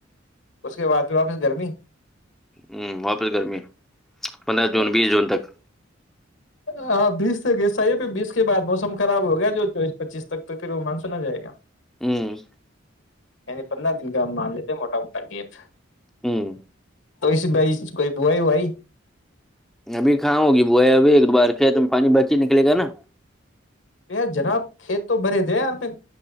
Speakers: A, on the left; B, in the centre.
A: اس کے بعد واپس گرمی
B: ہ واپس گرمی پندرہ جون بیس جون تک
A: ہ بیس تکسای ہے پھر بیس کے بعد موسم خراب ہو گیا جو چویس پچیس تک تو پھر وہ مان سنا جائے گا
B: ہوں
A: پندر دن کا مان لیتے ہیں موٹ موا تکیت
B: ہوں
A: تو اس بھائی کوئی بووائی وائی
B: ابھی کاں ہوگی بوئے ابھی ایک ابار توم پانی بچ ہی نکلے گا نا
A: یار جناب کھیت تو بنے تھے یار میں